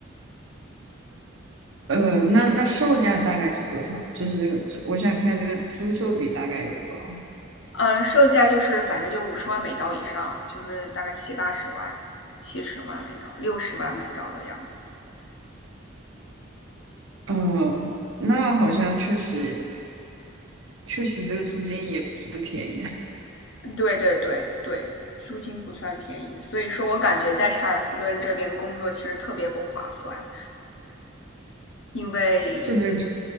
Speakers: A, on the right; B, on the left.
A: 呃，那那售价大概是多少？就是这个，这我想看这个租售比大概有多少？
B: 嗯，售价就是反正就五十万美刀以上，就是大概七八十万、七十万美刀、六十万美刀的样子。
A: 呃，那好像确实确实这个租金也不算便宜，
B: 对对对对，租金不算便宜，所以说我感觉在查尔斯顿这边工作其实特别不划算，因为
A: 这边